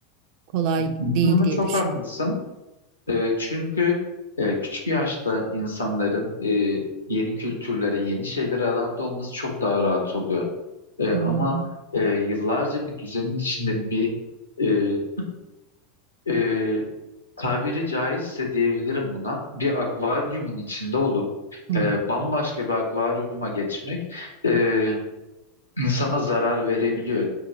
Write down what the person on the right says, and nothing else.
Kolay
değil
diye
düşünüyorum.
Hı hı.
Hı